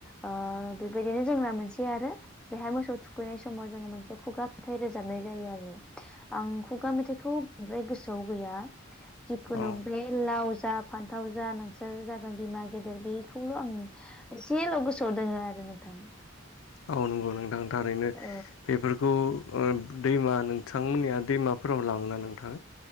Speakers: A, in the centre; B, on the left.
A: ओ बेबायदिनो जोंना मोनसे आरो बेहाय मोसौ थुखैनाय समाव जोंङो मोनसे खुगा मेथाइ रोजाबनाय जायो आरो आं खुगा मेथाइखौ बांद्राय गोसोआव गैया जिखुनु
B: औ
A: बे लाव जा फान्थाव जा नोंसोर जागोन बिमा गेदेर बेखौल' आं एसेल' गोसोआव दोङो आरो नोंथां
B: औ नंगौ नोंथां थारैनो
A: औ
B: बेफोरखौ ओ दैमा नोंथांमोननिया दैमाफोराव लाङोना नोंथां